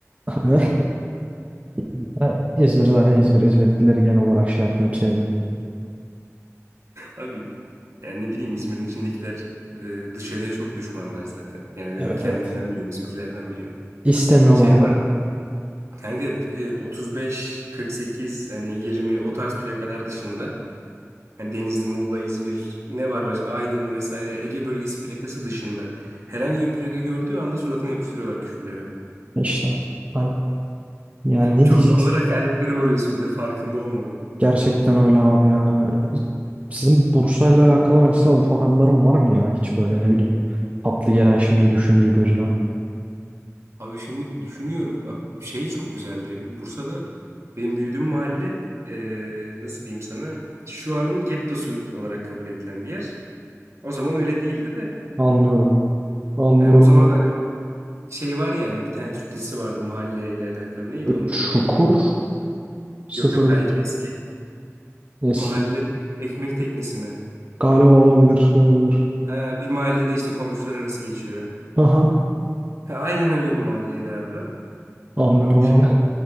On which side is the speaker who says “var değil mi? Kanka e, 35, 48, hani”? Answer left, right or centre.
Right